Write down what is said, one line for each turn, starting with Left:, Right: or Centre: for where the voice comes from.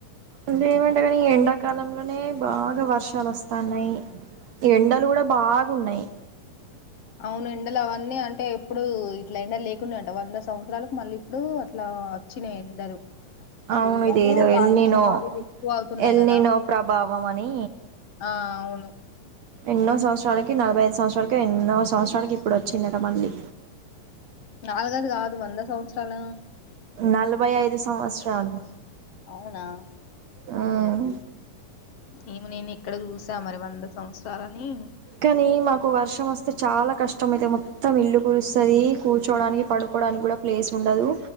Right: ఇ ఏమంటే కానీ ఈ ఎండాకాలంలోనే బాగా వర్షాలు వస్తాన్నాయి ఎండలు కూడా బాగున్నాయి
Left: అవును ఎండలు అవన్నీ అంటే ఎప్పుడు ఇట్లా ఎండలు లేకుడాయంట వంద సంవత్సరాలకు మళ్ళీ ఇప్పుడు అట్లా వచ్చినాయి ఎండలు
Right: అవును
Left: ఫుల్
Right: ఇద
Left: అంటే
Right: ఏదో
Left: కాలుష్యం
Right: ఎళ్ళనో
Left: అవి ఇవి ఎక్కువ అవుతున్నాయి
Right: ఎళ్ళనో
Left: కదా
Right: ప్రభావం అని
Left: ఆ అవును
Right: ఎన్నో సంవత్సరాల నలభై ఐదు సంవత్సరాలకు ఎన్నో సంవత్సరాలకి ఇప్పుడు వచ్చిందటా మళ్ళీ
Left: నాలుగది కాదు వంద సంవత్సరాల
Right: నలభై ఐదు సంవత్సరాలు
Left: అవునా
Right: మ్మ్
Left: ఏమి నేను ఇక్కడ చూసా మరి వంద సంవత్సరాలని
Right: కానీ మాకు వర్షం వస్తే చాలా కష్టం అయితే మొత్తం ఇల్లు కురుస్తుది కూర్చోడానికి పడుకోడానికి కూడా ప్లేస్ ఉండదు